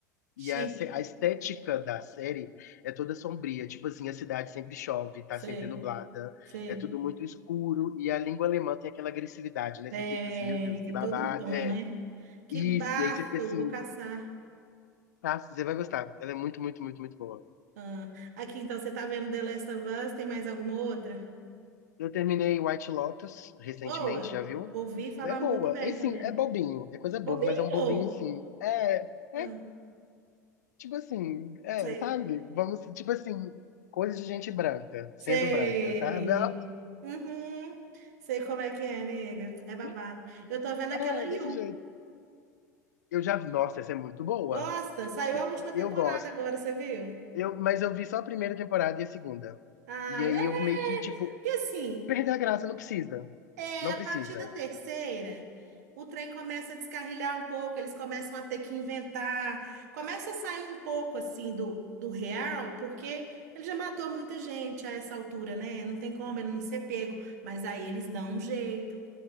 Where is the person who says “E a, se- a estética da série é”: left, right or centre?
Left